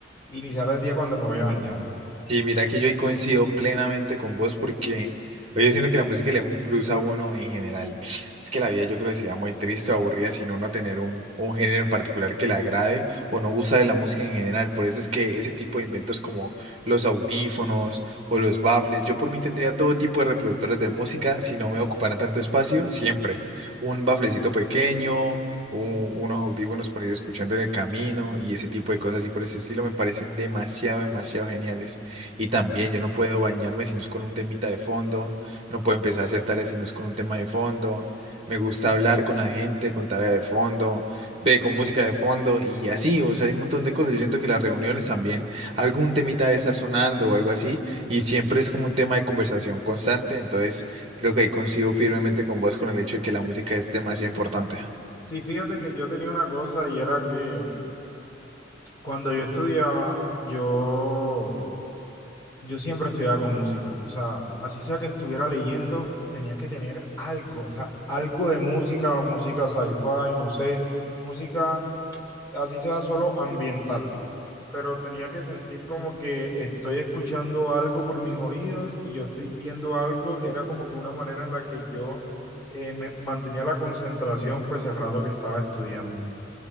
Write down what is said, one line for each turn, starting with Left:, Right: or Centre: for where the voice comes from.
Left: iniciar el día cuando me voy a bañar.
Right: Sí, mira que yo ahí coincido plenamente con vos porque pues, yo siento que la música le da un plus a uno en general. Es que la vida yo creo que sería muy triste o aburrida sin uno tener un, un género en particular que le agrade o no gusta de la música en general. Por eso es que ese tipo de inventos como los audífonos o los baffles, yo por mí tendría todo tipo de reproductores de música si no me ocuparan tanto espacio, siempre. Un bafflecito pequeño. u- unos audífonos para ir escuchando en el camino y ese tipo de cosas y por ese estilo me parecen demasiado, demasiado geniales. Y también
Left: Sí,
Right: yo no puedo bañarme si no es con un temita de fondo, no puedo empezar a hacer tareas si no es con un tema de fondo. Me gusta hablar con la gente, con tarea de fondo, ve con música de fondo y así, o sea, hay un montón de cosas. Yo siento que las reuniones también, algún temita debe estar sonando o algo así, y siempre es como un tema de conversación constante. Entonces, creo que ahí coincido firmemente con vos con el hecho de que la música es demasiado importante.
Left: Sí, fíjate que yo tenía una cosa y era que cuando yo estudiaba, yo, yo siempre estudiaba con música. O sea, así sea que estuviera leyendo, tenía que tener algo, o sea, algo de música, música sci-fi, no sé, música, así sea solo ambiental. pero tenía que sentir como que estoy escuchando algo por mis oídos y yo estoy viendo algo, era como que una manera en la que yo eh, me mantenía la concentración pues el rato que estaba estudiando.